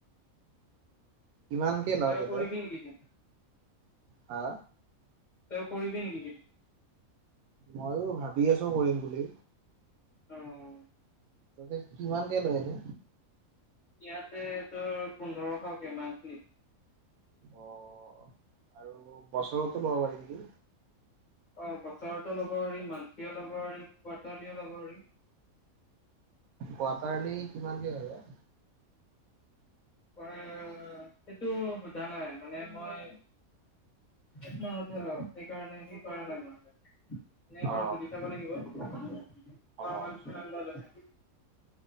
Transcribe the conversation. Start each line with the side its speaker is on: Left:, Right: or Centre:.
Right: কিমানকে লয়
Left: তই
Right: তাতে
Left: কৰিবি নেকি জিম?
Right: হা?
Left: তই কৰিবি নেকি জিম?
Right: ময়ো ভাবি আছোঁ কৰিম বুলি।
Left: <unintelligible>
Right: তাতে কিমান কে লৈ নো?
Left: ইয়াতে তোৰ পোন্ধৰশকে মান্থলি।
Right: অ', আৰু বছৰতো ল'ব পাৰি নেকি?
Left: অ', বছৰতো লব পাৰি, মান্থলি ল'ব পাৰি, কোৱাৰ্টাৰলি ল'ব পাৰি।
Right: কোৱাৰ্টাৰলি কিমান কে হয় বা?
Left: মই সেইটো সোধা নাই, মানে মই একমাহত হল সেইকাৰণে <unintelligible> কৰা নাই মই। নে বাৰু
Right: অ
Left: সুধি চাব লাগিব। পাৰ
Right: অ
Left: মান্ত
Right: আচ্ছা
Left: কিমান বা লৈ?